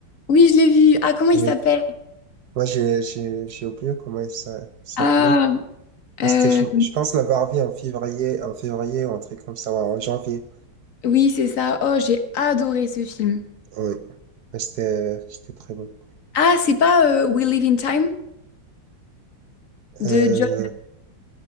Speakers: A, on the left; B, on the right.
A: Oui, je l'ai vu. Ah, comment il
B: Ouais.
A: s'appelle?
B: Moi, j'ai j'ai- j'ai oublié comment elle s'a- s'appelait.
A: Ah, euh,
B: Mais C'était, je, je pense l'avoir vu en février, en février ou un truc comme ça, ouais, en janvier.
A: oui, c'est ça. Oh, j'ai adoré ce film.
B: Oui. Mais C'était c'était très bon.
A: Ah, c'est pas euh, We Live in Time de
B: Euh,
A: John